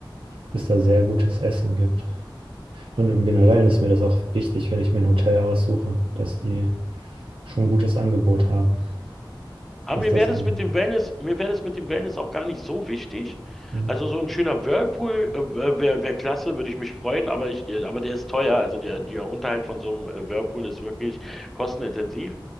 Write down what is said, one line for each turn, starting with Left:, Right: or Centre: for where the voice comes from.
Right: es da sehr gutes Essen gibt. Und im Generellen ist mir das auch wichtig, wenn ich mir ein Hotel aussuche, dass die schon ein gutes Angebot haben,
Centre: Aber
Right: was
Centre: mir
Right: das
Centre: wäre das
Right: angeht.
Centre: mit dem Wellness, mir wäre das mit dem Wellness auch gar nicht so wichtig.
Right: Mhm.
Centre: Also so ein schöner Whirlpool äh, wäre wär klasse, würde ich mich freuen, aber ich, äh, aber der ist teuer. Also der, der Unterhalt von so einem äh, Whirlpool ist wirklich kostenintensiv.